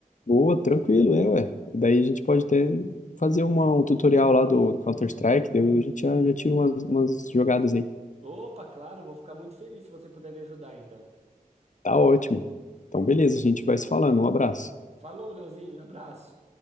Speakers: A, on the left; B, on the right.
A: Boa, tranquilo, é, ué. Daí a gente pode até fazer uma, um tutorial lá do, do Counter-Strike, daí a gente já, já tira umas, umas jogadas aí.
B: Opa, claro, vou ficar muito feliz se você puder me ajudar, então.
A: Tá ótimo. Então, beleza, a gente vai se falando. Um abraço.
B: Falou, Leozinho, abraço.